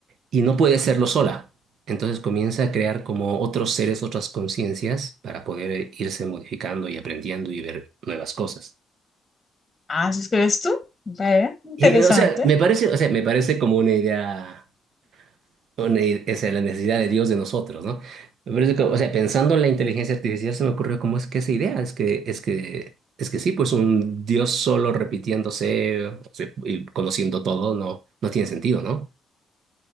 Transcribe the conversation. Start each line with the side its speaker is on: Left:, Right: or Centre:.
Right: y no puede hacerlo sola. Entonces comienza a crear como otros seres, otras conciencias para poder eh, irse modificando y aprendiendo y ver nuevas cosas.
Left: Ah, ¿sí crees tú? Vaya, interesante.
Right: Y, o sea, me parece, o sea, me parece como una idea una i- esa es la necesidad de Dios de nosotros, ¿no? Me parece que, o sea, pensando en la inteligencia artificial se me ocurrió cómo es que esa idea, es que, es que, es que sí, pues un Dios solo repitiéndose o sea, y conociendo todo no, no tiene sentido, ¿no?